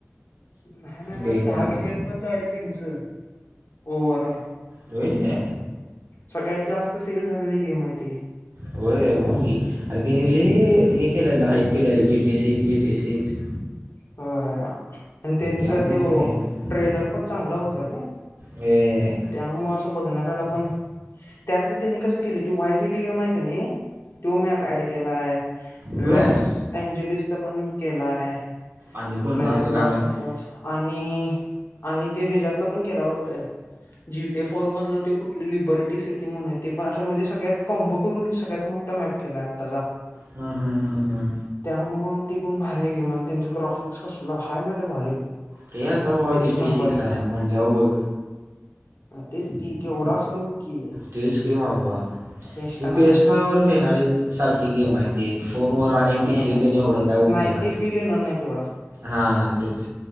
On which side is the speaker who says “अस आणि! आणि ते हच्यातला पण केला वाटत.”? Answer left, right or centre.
Left